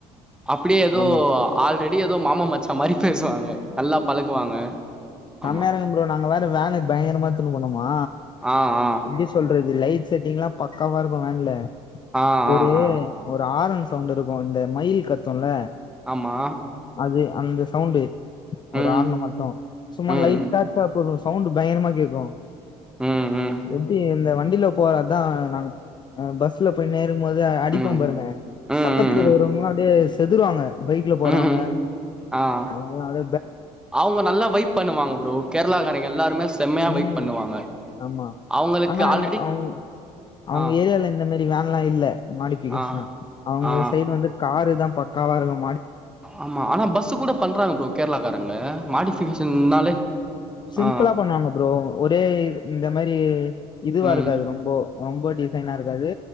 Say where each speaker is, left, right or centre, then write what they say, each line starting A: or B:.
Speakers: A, in the centre; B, on the left.
A: அப்படியே ஏதோ
B: ஆமா
A: ஆல்ரெடி ஏதோ மாமன் மச்சா மாதிரி பேசுவாங்க நல்லா பழகுவாங்க
B: செம்மயா
A: ஆமா
B: இருக்கும் ப்ரோ நாங்க வேற வேனு பயங்கரமா எடுத்து போனோமா
A: ஆ ஆ
B: எப்டி சொல்றது லைட் செட்டிங்லாம் பக்காவா இருக்கும் வேன்ல
A: ஆ
B: ஒரு
A: ஆ ஆ
B: ஒரு ஆரன் சவுன்டு இருக்கும் இந்த மயில் கத்தும்ல
A: ஆமா
B: அ அந்த சவுண்ட்டு
A: ம்
B: ஒரு ஆரனு மட்டும் சும்மா
A: ம்
B: லைட்டா <unintelligible> சவுண்டு பயங்கரமா கேக்கும்
A: ம் ம்
B: எப்டி இந்த வண்டில போற அதான் நாங்க பஸ்ல போய்னே போது அடிப்போம்
A: ம் ம்
B: பாருங்க
A: ம்
B: பக்கத்தில
A: ம்
B: இருக்கவங்கலாம் அப்படியே செதருவாங்க பைக்ல போறவங்க
A: ம் ம் ஆ
B: அவங்கலாம்
A: அவங்க நல்லா வைப் பண்ணுவாங்க ப்ரோ கேரளா காரங்க எல்லாருமே செம்மையா வைப்
B: ம்
A: பண்ணுவாங்க
B: ஆமா
A: அவங்களுக்கு
B: ஆனா
A: ஆல்ரெடி
B: அவங்க அவங்க
A: ஆ
B: ஏரியால இந்த மேரி வேன்லாம் இல்ல மாடிபிகேஷனா
A: ஆ
B: அவங்க
A: ஆ
B: சைடு வந்து காரு தான் பக்காவா இருக்கும்
A: ஆமா ஆனா பஸ்ஸு கூட பண்றாங்க ப்ரோ கேரளக்காரங்க மாடிஃபிகேஷன்னாலே
B: சிம்புளா
A: ஆ
B: பண்ணுவாங்க அப்றோ ஒரே இந்த மரி இதுவாருக்காது
A: ம்
B: ரொம்போ ரொம்ப டிசைனா இருக்காது